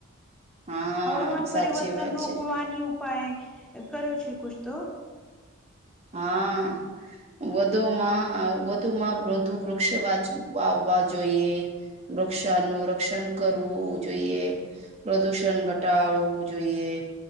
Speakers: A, on the right (about 30°); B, in the centre.
A: હા
B: હવામાન
A: સાચી
B: પરિવર્તન
A: વાત
B: રોકવાની
A: છે
B: ઉપાય કર્યો છે કુશ તો
A: હા. વધુમાં વધુમાં વધુ વૃક્ષ વાચ વાવવા જોઈએ વૃક્ષાનું રક્ષણ કરવું જોઈએ પ્રદુષણ ઘટાડવું જોઈએ